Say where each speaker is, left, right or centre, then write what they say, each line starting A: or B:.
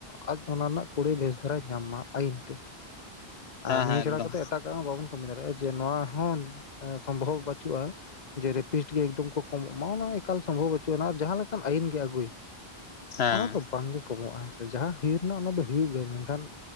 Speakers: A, on the left; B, on the left.
A: ᱟᱡ ᱚᱱᱟ ᱨᱮᱱᱟᱜ ᱠᱩᱲᱟᱹᱭ ᱵᱮᱥ ᱫᱷᱟᱨᱟᱭ ᱧᱟᱢ ᱢᱟ ᱟᱹᱭᱤᱱ <unintelligible>
B: ᱦᱮᱸ
A: ᱟᱨ ᱱᱤᱭᱟᱹ
B: ᱦᱮᱸ
A: ᱪᱷᱟᱲᱟ
B: ᱮᱠᱫᱚᱢ
A: ᱠᱟᱛᱮᱫ ᱮᱴᱟᱜᱟᱜ ᱢᱟ ᱵᱟᱵᱚᱱ ᱼᱼ <unintelligible> ᱫᱟᱲᱮᱭᱟᱜᱼᱟ ᱡᱮ ᱱᱚᱣᱟ ᱦᱚᱸ ᱥᱚᱢᱵᱷᱚᱵ ᱵᱟᱹᱪᱩᱜᱼᱟ ᱡᱮ ᱨᱮᱯᱤᱴ ᱜᱮ ᱮᱠᱫᱚᱢ ᱠᱚ ᱠᱚᱢᱚᱜ ᱢᱟ ᱚᱱᱟ ᱮᱠᱟᱞ ᱥᱚᱢᱵᱷᱚᱵ ᱵᱪᱩᱜᱱᱟ ᱟᱨ ᱡᱟᱦᱟᱸ ᱞᱮᱠᱟᱱ ᱟᱭᱤᱱ ᱜᱮ ᱟᱹᱜᱩᱭ ᱼᱼ
B: ᱦᱮᱸ
A: ᱚᱱᱟ ᱫᱚ ᱵᱟᱝᱜᱮ ᱠᱚᱢᱚᱜᱼᱟ ᱦᱮᱸ ᱥᱮ ᱡᱟᱦᱟᱸ ᱦᱩᱭᱩᱜ ᱨᱮᱱᱟᱜ ᱚᱱᱟ ᱫᱚ ᱦᱩᱭᱩᱜ ᱜᱮᱭᱟ ᱢᱮᱱᱠᱷᱟᱱ